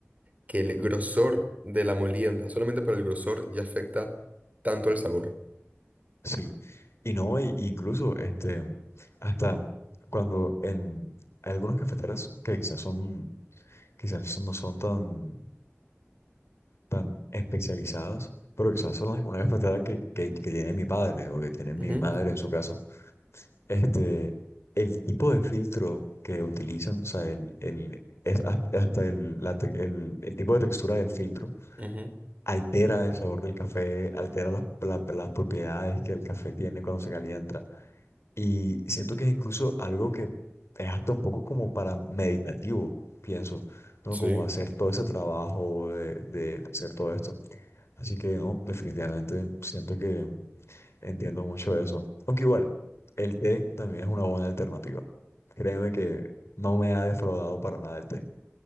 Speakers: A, on the right; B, on the left.
A: que el grosor de la molienda, solamente por el grosor, ya afecta tanto el sabor.
B: Sí, y no, y- y incluso este, hasta cuando en hay algunas cafeteras que quizás son, quizás no son tan, tan especializadas, pero quizás son las- una cafetera que, que, que tiene mi padre o que tiene mi
A: Ujú,
B: madre en su casa, este, el tipo de filtro que utilizan, o sea, el, el, es has- hasta el, la te- el, el tipo de textura del filtro
A: ujú.
B: altera el sabor del café, altera las, la- las propiedades que el café tiene cuando se calienta Y siento que es incluso algo que es hasta un poco como para meditativo, pienso, ¿no?
A: Sí.
B: Como hacer todo ese trabajo de, de hacer todo esto. Así que no, definitivamente siento que entiendo mucho eso. Aunque igual, el té también es una buena alternativa. Créeme que no me ha defraudado para nada el té.